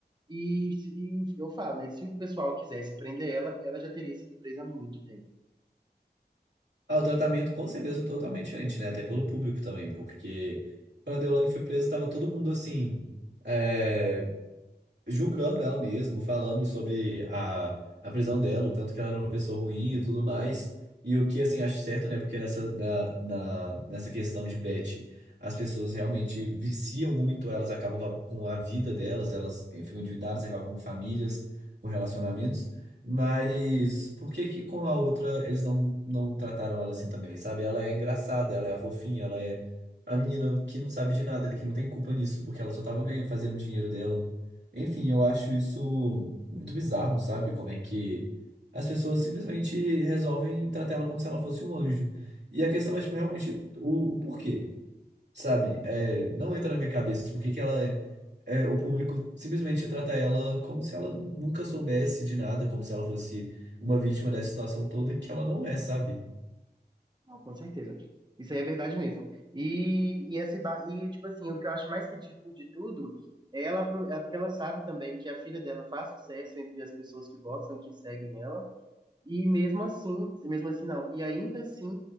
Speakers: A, on the right; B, on the right.
A: E, se- e eu falo, né? Se o pessoal quisesse prender ela, ela já teria sido presa há muito tempo.
B: Ah, o tratamento com certeza é totalmente diferente, né? Até pelo público também, porque quando a Deolane foi presa, tava todo mundo assim. é, julgando ela mesmo, falando sobre a, a prisão dela, o tanto que ela era uma pessoa ruim e tudo mais. E o que, assim, acho certo, né? Porque nessa, na, na- nessa questão de Beth, as pessoas realmente viciam muito, elas acabam com a com a vida delas, elas eh, ficam endividadas, acabam com famílias, com relacionamentos. Mas por que que com a outra eles não, não trataram ela assim também, sabe? Ela é engraçada, ela é a fofinha, ela é a menina que não sabe de nada, que não tem culpa nisso, porque ela só tava ganhando, fazendo dinheiro dela. Enfim, eu acho isso muito bizarro, sabe? Como é que as pessoas simplesmente resolvem tratar ela como se ela fosse um anjo. E a questão é, tipo, realmente o, o porquê, sabe? É, não entra na minha cabeça por que que ela é, é, o público simplesmente trata ela como se ela nunca soubesse de nada, como se ela fosse uma vítima dessa situação toda que ela não é, sabe?
A: Ah, com certeza. Isso aí é verdade mesmo. E, e, essa, ba- e, tipo assim, o que eu acho mais ridículo de tudo é ela, apro- é porque ela sabe também que a filha dela faz sucesso entre as pessoas que gostam, que seguem ela, e mesmo assim, e mesmo assim não, e ainda assim,